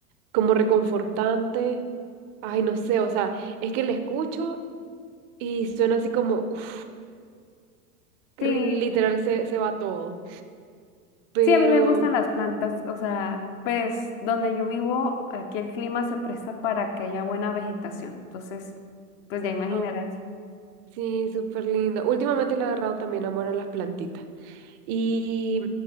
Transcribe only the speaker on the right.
como reconfortante. Ay, no sé, o sea, es que le escucho y suena así como, uff, literal
se, se va todo. Pero,
ah, sí, súper lindo. Últimamente le he agarrado también amor a las plantitas. Y